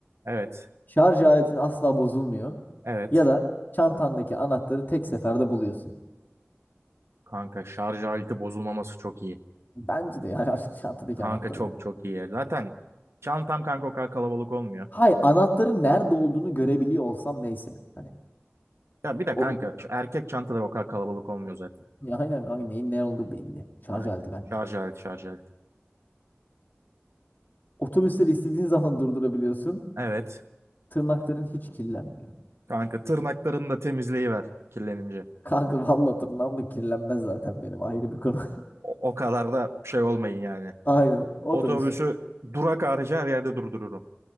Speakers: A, on the right; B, on the left.
A: Evet.
B: Şarj aletin asla bozulmuyor.
A: Evet.
B: Ya da çantandaki anahtarı tek seferde buluyorsun.
A: Kanka şarj aleti bozulmaması çok iyi.
B: Bence de yani <laughs> çantadaki
A: Kanka
B: anahtarı
A: çok
B: bul.
A: çok iyi. Zaten çantam kanka o kadar kalabalık olmuyor.
B: Hay anahtarın nerede olduğunu görebiliyor olsam neyse. Hani
A: Ya bir de kanka
B: o
A: şu erkek çantalar o kadar kalabalık olmuyor zaten.
B: <laughs> Ya aynen kanka neyin ne olduğu belli. Şarj
A: Aynen.
B: aleti ben.
A: Şarj aleti şarj aleti.
B: Otobüsleri istediğin <laughs> zaman durdurabiliyorsun.
A: Evet.
B: Tırnakların hiç kirlenmiyor.
A: Kanka tırnaklarını da temizleyiver kirlenince.
B: Kanka valla tırnağım da kirlenmez zaten benim ayrı bir konu.
A: O, o kadar da şey olmayın yani.
B: <laughs> Aynen otobüs.
A: Otobüsü durak harici her yerde durdururum.